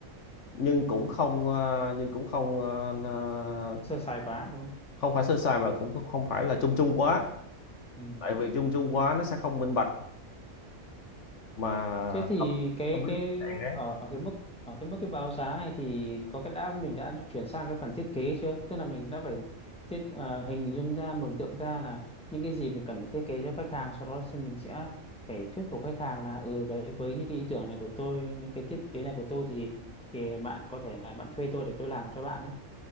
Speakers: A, on the left; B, in the centre.
A: nhưng cũng không ờ, nhưng cũng không ờ, ờ,
B: sơ sài quá đúng không?
A: không phải sơ sài mà cũng không không phải là chung chung quá
B: Ừ.
A: tại vì chung chung quá nó sẽ không minh bạch mà
B: Thế thì
A: không
B: cái
A: không biết
B: cái
A: khách hàng ấy.
B: ở ở cái mức ở cái mức cái báo giá này thì có cái đã mình đã chuyển sang cái phần thiết kế chưa? Tức là mình đã phải thiết ờ, hình dung ra, mường tượng ra là những cái gì mình cần phải thiết kế cho khách hàng, sau đó thì mình sẽ phải thuyết phục khách hàng là ừ đấy với những cái ý tưởng này của tôi, những cái thiết kế này của tôi thì thì bạn có thể là bạn thuê tôi để tôi làm cho bạn ấy.